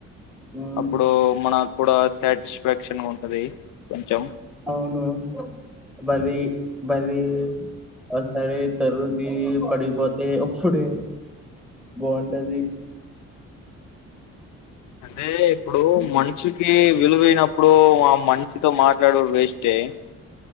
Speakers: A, in the centre; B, on the left.
A: ఉమ్,
B: అప్పుడు మన కూడా సాటిస్ఫాక్షన్ ఉంటది కొంచెం
A: అవును బరిీ బరిీ వ సరే జరుది పడిపోతే అప్పుడే బాగుంటది
B: అదే ఇప్పుడు మనుషుకి విలువైనప్పుడు ఇప్పుడు ఆ మనీషితో మాట్లాడడు వేస్టే